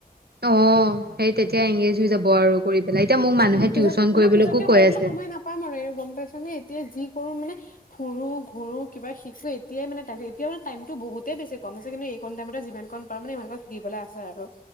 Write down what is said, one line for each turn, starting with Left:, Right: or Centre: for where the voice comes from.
Right: অ সেই তেতিয়া এংগেজ হৈ যাব আৰু কৰি পেলাই এতিয়া মোক মানুহে
Left: উ
Right: টিউচন
Left: পিছত
Right: কৰিবলৈকো
Left: না পিছতকে
Right: কৈ
Left: কৰিবলৈ
Right: আছে
Left: সময় নাপাম আৰু এই গম পাইছ নে এতিয়া যি কৰো মানে। ফুুৰো ঘোৰু কিবা শিকিো এতিয়াই মানে এতিয়া মে টাইমতটো বহুতে বেছি কম আছে কিন্তু এইকণ টাইমতে যিমান কণ পাৰো মানে সিমানক শিকিবলৈ আছে আৰু